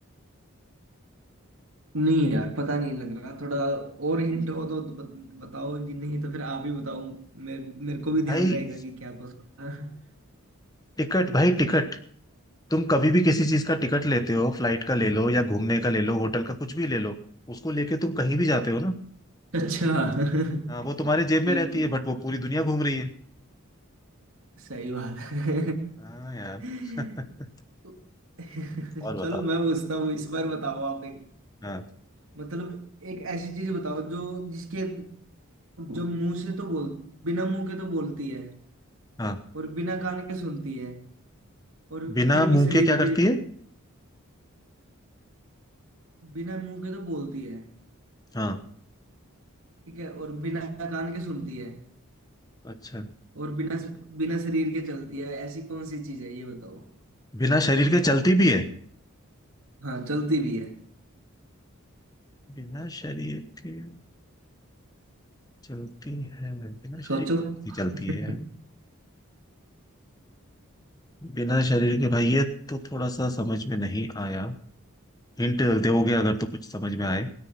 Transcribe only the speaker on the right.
नहीं यार पता नहीं लग रहा थोड़ा और हिंट हो तो बत- बताओ जी नहीं तो फिर आप ही बताओ मेरे मेरे को भी
ध्यान रहेगा कि क्या क्वेश्चन था
अच्छा <laughs>
ठीक
ठीक
सही बात है
<laughs>
चलो मैं पूछता हूँ इस बार बताओ आप एक
मतलब एक ऐसी चीज बताओ जो जिसके जो मुंह से तो बोल बिना मुंह के तो बोलती है
और बिना कान के सुनती है और
फिर भी
शरीर
के
बिना मुंह के तो बोलती है
ठीक है और बिना कान के सुनती है
और बिना बिना शरीर के चलती है ऐसी कौन सी चीज है ये बताओ
हाँ चलती भी है
सोचो
<laughs>